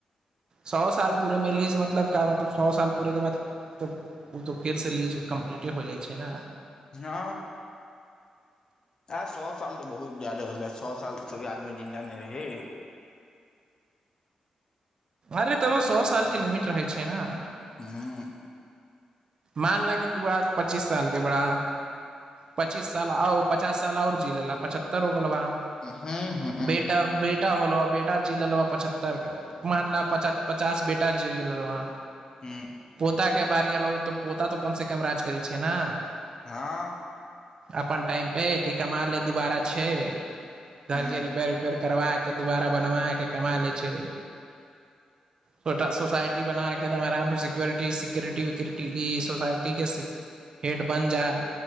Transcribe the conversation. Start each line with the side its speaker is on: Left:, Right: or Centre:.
Right: सौ साल पूरेमे लीज मतलब का मतलब सए साल पुरय के बाद तऽ ओ तऽ फेरसँ लीज कम्प्लीटे हो जाइ छै ने
Left: ह आ सौ साल तऽ बहुत ज्याद होले सौ साल आदमी जिन्दा नहि रह हे
Right: अरे तऽ सौ सालके लिमिट रहै छै ने
Left: हुँ
Right: मान ल क तू आज पच्चीस साल के बड़ा पच्चीस साल आ पचास साल आओर जी लेल ला पचहत्तर हो गेल बा
Left: हुँ हुँ
Right: बेटा बेटा होलो बे - जी लहो पचहत्तर मानला पच पचास बेटा जे गेल रह वहाँ
Left: हुँ
Right: बेटा कें बारि एलो तऽ पता त कम से कम राज कर छै ने
Left: हँ
Right: अपन टाइम पे कि कमा ले दुबारा छै घर
Left: हूँ
Right: के रिपेयर उपेयर करवा के दुबारा बनवा के कमा ले छै छोटा सोसाायटी बना के आराम से सिक्योरिटी सिक्यरिटी विक्यरिट ई सोसाइटीके हेड बनि जा